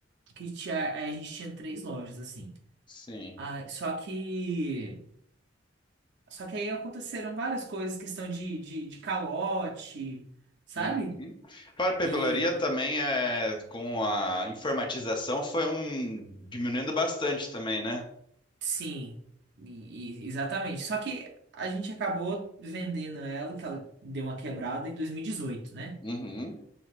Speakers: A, on the right; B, on the left.
A: que tinha, aí a gente tinha três lojas, assim.
B: Sim.
A: Ah, só que. Só que aí aconteceram várias coisas, questão de, de, de calote, sabe?
B: Uhum. Papelaria
A: e
B: também é com a informatização foi um diminuindo bastante também, né?
A: Sim, e- e- exatamente. Só que a gente acabou vendendo ela, que ela deu uma quebrada em dois mil e dezoito né?
B: Uhum.